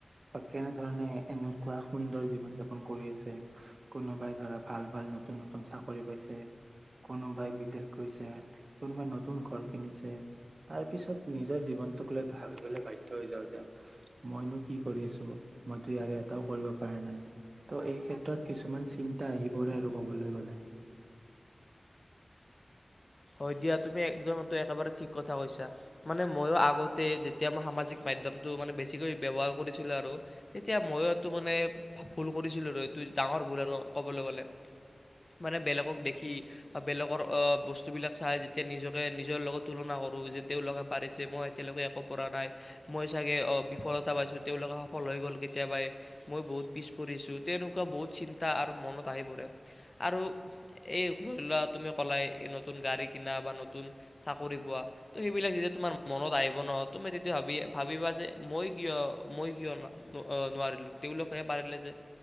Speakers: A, on the right; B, on the left.
A: বা কেনেধৰণে এনেকুৱা সুন্দৰ জীৱন যাপন কৰি আছে কোনোবাই ধৰা ভাল ভাল নতুন নতুন চাকৰি পাইছে কোনোবাই বিদেশ গৈছে কোনোবাই নতুন ঘৰ কিনিছে তাৰ পিছত নিজৰ জীৱন তোক লৈ ভাবিবলৈ বাধ্য হৈ যাও যে মইনো কি কৰি আছো মইতো ইয়াৰে এটাও কৰিব পৰা নাই ত' এই ক্ষেত্ৰত কিছুমান চিন্তা আহি পৰে আৰু কবলৈ গলে।
B: হয় দিয়া তুমি একদম একেবাৰে ঠিক কথা কৈছা মানে মইয়ো আগতে যেতিয়া মই সামাজিক মাধ্যমটোৰ মানে বেছিকৈ ব্যৱহাৰ কৰিছিলো আৰু তেতিয়া ময়ো এইটো মানে ভুল কৰিছিলো আৰু এইটো ডাঙৰ ভুল আৰু কবলৈ গলে মানে বেলেগক দেখি বেলেগৰ বস্তু বস্তুবিলাক চাই যেতিয়া নিজকে নিজৰ লগত তুলনা কৰোঁ যে তেওঁলোকে পাৰিছে মই এতিয়ালৈকে একো পৰা নাই মই চাগে বিফলতা পাইছোঁ তেওঁলোকে সফল হৈ গ'ল কেতিয়াবাই মই বহুত পিছ পৰিছোঁ তেনেকুৱা বহুত চিন্তা আৰু মনত আহি পৰে আৰু এই লৰা তুমি ক'লাই নতুন গাড়ী কিনা বা নতুন চাকৰি পোৱা তো সেইবিলাক যেতিয়া তোমাৰ মনত আহিব ন তুমি তেতিয়া ভাবি ভাবিবা যে মই কিয় মই কিয় নোৱাৰিলোঁ তেওঁলোকহে পাৰিলে যে